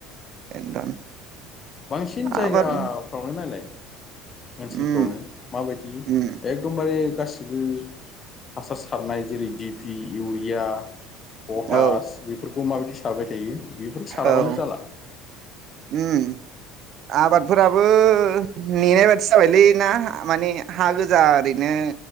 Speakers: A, on the right; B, on the left.
A: बेनोथन
B: बांसिन
A: आबाद
B: जायगाफ्रावनो नायलाय
A: उम
B: ओनसोलफ्रावनो माबायदि
A: उम
B: एखदमबारे गासिबो हासार सारनाय जेरै डिपि इउरिया पटास
A: औ
B: बेफोरखौ माबायदि सारबाय थायो बेफोरखौ साराबानो
A: औ
B: जाला।
A: उम आबादफोराबो नेनाय बादि जाबायलै ना माने हा गोजा ओरैनो।